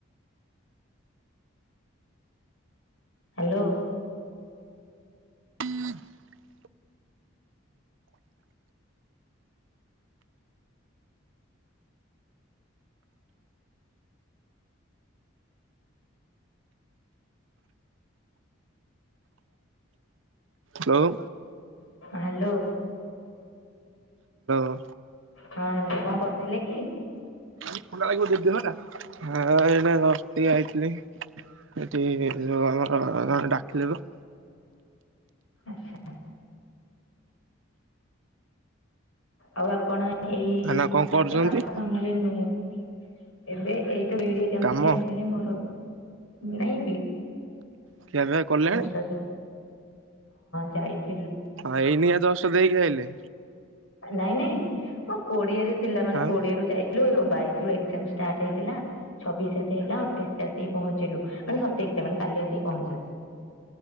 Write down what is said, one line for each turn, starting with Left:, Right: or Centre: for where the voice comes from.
Left: ହାଲୋ
Right: ହୁ <unintelligible> ହାଲୋ
Left: ହାଲୋ
Right: ହଁ
Left: ହଁ ହାଲୋ କଣ କରଥିଲେ କି?
Right: କଣ୍ଡ ଯ ଏଇ ଯଇଥିଲି <unintelligible> ସେଠି ଯୋଉ ଆମର ଡାକିଲେ ତ
Left: ଆଚ୍ଛା ଆଉ ଆପଣ ଏଇ,
Right: ଭାଇନା କଣ କରୁଛନ୍ତି?
Left: ମାନେ କାମ ଫାମରେ ନୁହେଁ ଏବେ ଏଇ
Right: କାମ
Left: ଆସିଲି, ମୋର ନାଇଁ
Right: ଖିଆ ପିଆ କଲେଣି?
Left: ଆସ ଯାଇ <unintelligible>
Right: ହଁ ଏଇନିଆ ଦଷ ଦେଇକି ଆଇଲେ।
Left: ନାଇଁ ନାଇଁ ମୋ କୋଡିଏରେ ଥିଲା, ମାନେ
Right: ଆଉ
Left: କୋଡିଏରୁୁ ଯାଇଥିଲୁ ଆ ବାଇଶି ରୁ ଏକଜାମ ଷ୍ଟାର୍ଟ ହେଇଥିଲା, ଛବିଶ ହେଲା, ଅଠେଇଶରେ ଆସିକି ପହଞ୍ଚିଲୁ, ମାନେ ସତେଇଶରେ, ମାନେ କାଲି ଆସିକି ପହଞ୍ଚିଲୁ।